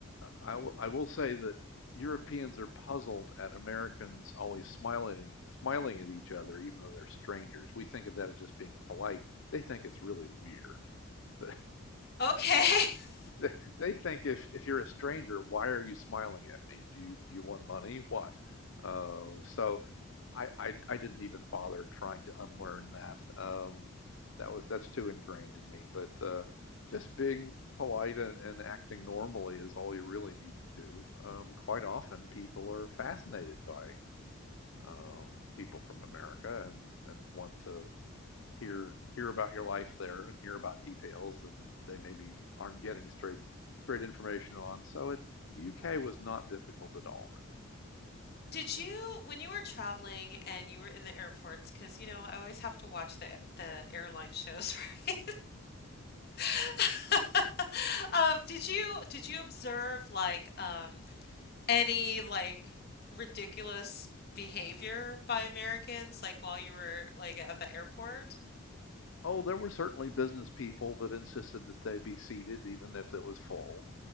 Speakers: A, on the left; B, on the left.
A: I will I will say that Europeans are puzzled at Americans always smiling smiling at each other, even though they're strangers. We think of that as just being polite. They think it's really weird. <laughs> They.
B: Okay. <laughs>
A: They they think if if you're a stranger, why are you smiling at me? Do you do you want money? What? Uh, so I, I I didn't even bother trying to unlearn that. Um, that was that's too ingrained in me. But uh, just being polite and, and acting normally is all you really need to do. Um, quite often, people are fascinated by uh, people from America and and want to hear hear about your life there and hear about details that they maybe aren't getting straight straight information on. So it UK was not difficult at all, really.
B: Did you, when you were traveling and you were in the airports, because you know, I always have to watch the the airline shows, <laughs> right? <laughs> Um, did you did you observe like um any like ridiculous behavior by Americans like while you were like at the airport?
A: Oh, there were certainly business people that insisted that they be seated even if it was full.